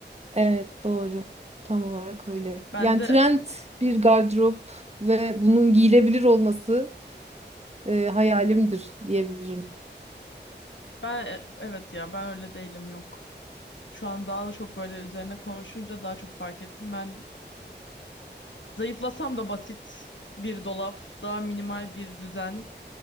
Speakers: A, on the right; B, on the left.
A: Evet doğru. Tam olarak öyle.
B: Ben
A: Yani
B: de
A: trend bir gardırop ve bunun giyilebilir olması e, hayalimdir diyebilirim.
B: ben e- evet ya ben öyle değilim yok. Şu an daha çok böyle üzerine konuşunca daha çok fark ettim. Ben zayıflasam da basit bir dolap, daha minimal bir düzen,